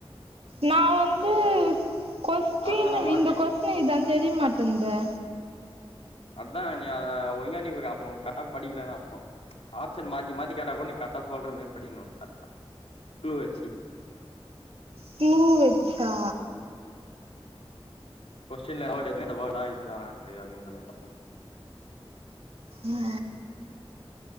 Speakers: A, on the right (about 70°); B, on the left (about 75°).
A: நா வந்து கொஸ்டின்
B: ஆப்ஷன மாத்தி
A: இந்த கொஸ்டின் இது ஆன் தெரியமாட்டேந்தே
B: அதா நீ ஒழிங்கா நீ அப்ப கட்டா படிகலன்னு அர்த்தோ ஆப்ஷன் மாத்தி மாத்தி கேட்டா கூட நீ கரெக்டா சொல்ற மாரி படிக்ணு கரெக்டா க்ளூ வெச்சு
A: க்ளூ வெச்சா
B: கொஸ்டின்ல இந்த வேர்டு இருக்குனா இந்த வேர்டா இத்தா ஆன்சரு அப்டின்ற மாரி பாக்கனு
A: ஆ